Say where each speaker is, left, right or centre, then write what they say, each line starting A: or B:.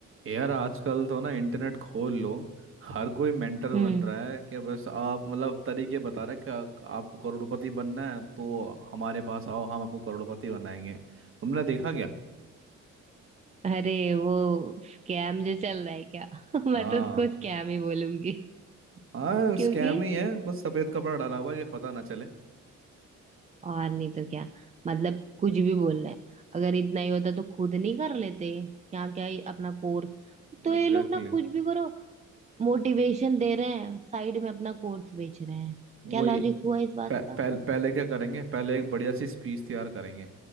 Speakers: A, on the right; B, on the right.
A: यार आजकल तो ना इंटरनेट खोल लो हर कोई मेंटर
B: हम्म
A: बन रहा है कि बस आप मतलब तरीके बता रहे हैं कि आ- आपको करोड़पति बनना है तो हमारे पास आओ हम आपको करोड़पति बनाएंगे तुमने देखा क्या
B: अरे वो स्कैम जो चल रहा है क्या <laughs>
A: हाँ
B: मैं तो उसको स्कैम ही बोलूंगी
A: हाँ
B: क्योंकि
A: स्कैम ही है बस सफेद कपड़ा डाला हुआ है कि पता ना चले
B: और नहीं तो क्या मतलब कुछ भी बोल रहे हैं अगर इतना ही होता तो खुद नहीं कर लेते क्या क्या ही अपना कोर्स तो
A: Exactly
B: ये लोग ना
A: exactly.
B: कुछ भी करो मोटिवेशन दे रहे हैं साइड में अपना कोर्स बेच रहे हैं
A: वही
B: क्या लॉजिक हुआ इस बात
A: पह,
B: का
A: पह, पहले क्या करेंगे पहले एक बढ़िया सी स्पीच तैयार करेंगे